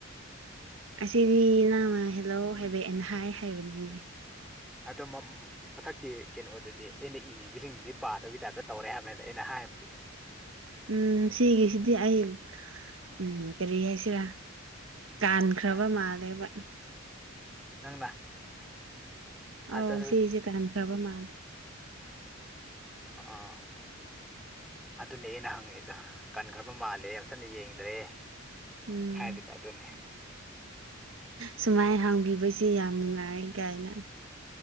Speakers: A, on the right; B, in the centre.
A: ꯑꯁꯤꯗꯤ ꯅꯪꯅ ꯍꯜꯂꯣ ꯍꯥꯏꯕꯩꯒꯤ ꯍꯥꯏ ꯍꯥꯏꯕꯅꯦ ꯍꯦ
B: ꯑꯗꯣ ꯃꯊꯛꯀꯤ ꯀꯩꯅꯣꯗꯨꯗꯤ ꯑꯩꯅ ꯏꯔꯤꯕꯁꯤꯡꯗꯨꯗꯤ ꯄꯥꯗꯕꯒꯤ ꯇꯥꯏꯞꯇ ꯇꯧꯔꯦ ꯍꯥꯏꯕꯅꯤꯅ ꯑꯩꯅ ꯍꯥꯏ ꯍꯥꯏꯕꯗꯤ
A: ꯎꯝ ꯁꯤꯒꯤꯁꯤꯗꯤ ꯑꯩ ꯎꯝ ꯀꯔꯤ ꯍꯥꯏꯁꯤꯔꯥ ꯀꯥꯟꯈ꯭ꯔꯕ
B: ꯎꯝ
A: ꯃꯥꯜꯂꯦꯕ
B: ꯅꯪꯅ ꯑꯠꯆꯥ
A: ꯑꯧ ꯁꯤꯁꯦ ꯀꯥꯟꯈ꯭ꯔꯕ ꯃꯥꯜꯂꯦ
B: ꯑꯥ ꯑꯗꯨꯅꯦ ꯑꯩꯅ ꯍꯪꯉꯤꯗꯣ ꯀꯥꯟꯈ꯭ꯔꯕ ꯃꯥꯜꯂꯦ ꯐꯖꯅ ꯌꯦꯡꯗ꯭ꯔꯦ
A: ꯎꯝ
B: ꯍꯥꯏꯔꯤꯗꯣ ꯑꯗꯨꯅꯦ
A: ꯁꯨꯃꯥꯏ ꯍꯪ ꯕꯤꯕꯁꯦ ꯌꯥꯝ ꯅꯨꯡꯉꯥꯏ ꯀꯥꯏꯅ